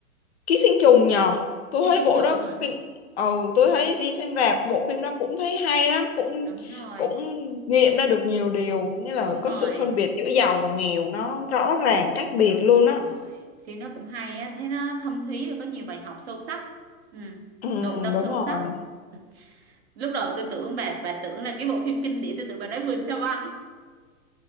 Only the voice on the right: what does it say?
Chứ
xuyên
trùng
hả?
Đúng rồi,
đúng
rồi,
đúng
rồi.
Phim nó cũng hay á, thế nó thâm thúy và có nhiều bài học sâu sắc. Ừ.
Nội tâm
sâu
sắc. Ừ. Lúc đầu tôi tưởng bà bà tưởng là cái bộ phim kinh điển tôi tưởng bà nói vườn sao băng.